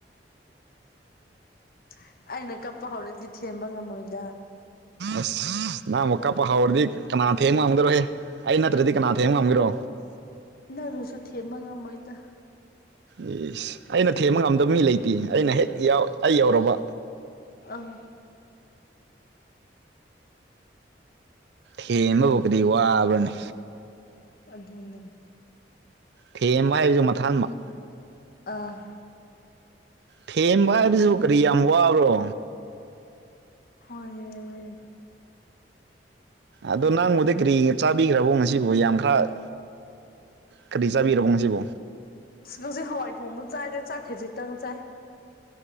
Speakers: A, on the left; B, on the right.
A: <unintelligible> ꯑꯩꯅ ꯀꯞꯄ ꯍꯧꯔꯛꯗꯤ ꯊꯦꯝꯕ ꯉꯝꯃꯣꯏꯗ꯫
B: ꯑꯁ ꯅꯍ ꯃꯨꯛꯀꯥ ꯄ ꯍꯥꯎꯔꯗꯤ ꯀꯅꯥ ꯊꯦꯝ ꯃꯝꯗꯔꯣꯍꯦ ꯑꯩ ꯅꯠꯇ꯭ꯔꯗꯤ ꯀꯅꯥ ꯊꯦꯡꯕ ꯉꯝꯒꯔꯣ
A: ꯅꯪ ꯑꯗꯨꯁꯨ ꯊꯦꯝꯕ ꯉꯝꯃꯣꯏꯗ
B: ꯌꯦꯁ ꯑꯩꯅ ꯊꯦꯝꯕ ꯉꯝꯗꯕ ꯃꯤ ꯂꯩꯇꯦ ꯑꯩꯅ ꯍꯦꯛ ꯑꯩ ꯌꯧꯔꯕ
A: ꯑꯪ
B: ꯍꯦꯟꯕꯐꯥꯎꯕꯗꯤ ꯋꯥꯕ꯭ꯔꯅꯤ
A: ꯑꯗꯨꯅ
B: ꯊꯦꯝꯕ ꯍꯥꯏꯕꯁꯨ ꯃꯊꯪꯃꯛ
A: ꯑꯥ
B: ꯊꯦꯝꯕ ꯍꯥꯏꯕꯁꯨ ꯀꯔꯤ ꯌꯥꯝ ꯋꯥꯕꯔꯣ
A: ꯍꯣꯏ
B: ꯑꯗꯣ ꯅꯪꯕꯨꯗ ꯀꯔꯤ ꯆꯥꯕꯤꯈ꯭ꯔꯕꯣ ꯉꯁꯤꯕꯨ ꯌꯥꯝ ꯈꯔ ꯀꯔꯤꯩ ꯆꯥꯕꯤꯔꯔꯕꯣꯁꯤꯖꯤꯕꯣ
A: ꯑ ꯉꯁꯤ ꯍꯋꯥꯏ ꯊꯣꯡꯕ ꯆꯥꯏꯗꯦ ꯆꯥꯛꯈꯩꯖꯤꯇꯪ ꯆꯥꯏ